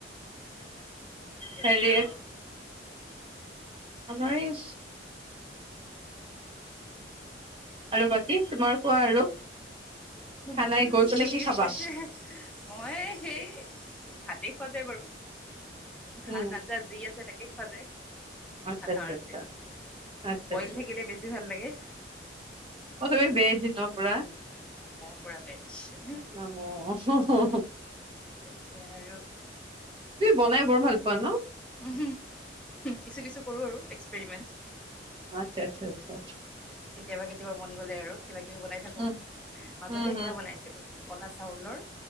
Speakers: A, on the right; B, in the centre.
A: হেৰি
B: আছে অ
A: আমাৰিছ আৰু বাকী তুমাৰ কোৱা আৰু খানাই
B: মোৰ
A: গৈ পেলাই
B: চলি
A: কি
B: আছে
A: খাবা
B: মই সেই ভাতে পোৱা যায় বাৰু ভাত
A: উম
B: আঞ্জা যি আছে তাকে খোৱা যায়
A: আচ্ছা
B: সাধাৰণতে
A: আচ্ছা আচ্ছা আচ্ছা
B: বইল
A: আচ্ছা
B: থাকিলে বেছি ভাল লাগে
A: অ তুমি বেদ জিনৰ পৰা
B: পোৰা গাইছে
A: অ হ হ
B: এতিয়া আৰু
A: তুমি বনাই বৰ ভাল পোৱা ন
B: উ কিছু কিছু কৰো আৰু এক্সপ্ৰিমেন্ট
A: আচ্ছা আচ্ছা আচ্ছা
B: কেতিয়াবা কেতিয়াবা মন গ'লে আৰু কিবা কিবি বনাই থাকো
A: উম
B: মাজতে
A: উম
B: সেয়া বনাইছিলো ক'লা চাউলৰ